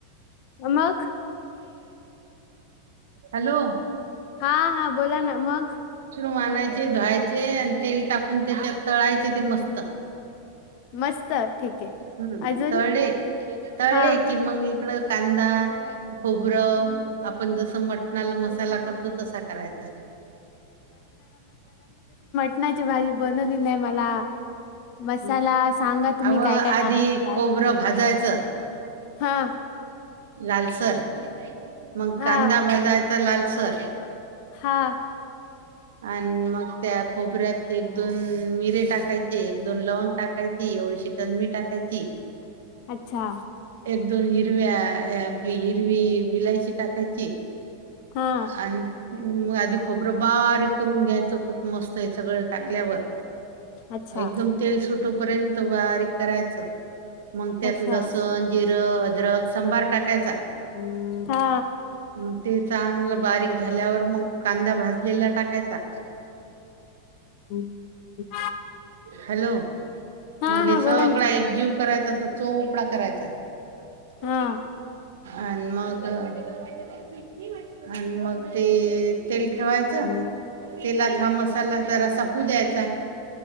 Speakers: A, on the left; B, on the right.
A: मग
B: हॅलो
A: हा हा बोला ना मग
B: मानाायचे धुवायचे, तेल टाकून त्याच्यात तळायचे ते मस्त
A: मस्त ठीक आहे.
B: हम्म
A: अजून
B: तळे तळे
A: हा
B: कि मग इकडं कांदा, खोबरं आपण जसं मटणाला मसाला करतो तसा करायचा.
A: चटणाची भाजी बनवली नाही मला मसाला सांगा तुम्ही
B: अव आधी
A: काय काय टाकायच त्यात
B: खोबरं भाजायचं
A: हा
B: लालसर मग
A: हा
B: कांदा भाजायचा लालसर
A: हा
B: आणि मग त्या खोबऱ्यात एक दोन मिरे टाकायचे एक दोन लवंग टाकायची एवढीशी तलमी टाकायची
A: अच्छा
B: एक दोन हिरव्या आपली हिरवी विलायची टाकायची
A: हा
B: आणि आधी खोबरं बारीक करून घ्यायचं खूप मस्त हे सगळ टाकल्यावर
A: अच्छा
B: एकदम तेल सुटोपर्यंत बारीक करायचं मग त्यात
A: अच्छा
B: लसण जि अद्रक संभार टाकायचा
A: हा
B: मग ते चांगलं बारीक झाल्यावर मग कांदा भाज लेला टाकायचा
A: हम्म
B: हॅलो
A: हा
B: मग हे
A: हा
B: सगळा
A: बोला ना
B: एकजीव करायचा अस चोपडा करायचा अ
A: हा
B: आणि मग आणि मग ते ते ठेवायच
A: हा
B: तेलात हा मसाला जरा असपू द्यायचा आहे